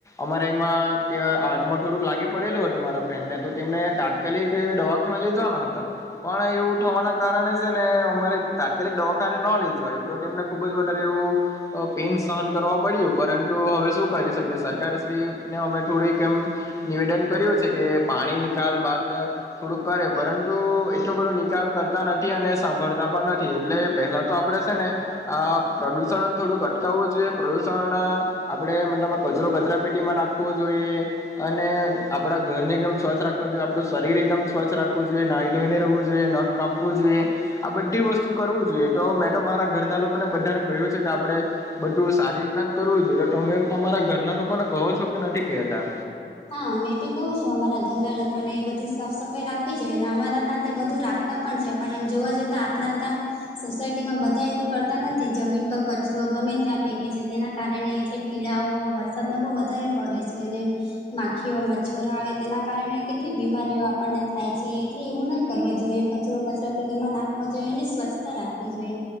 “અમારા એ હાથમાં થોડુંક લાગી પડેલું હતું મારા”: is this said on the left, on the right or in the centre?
Left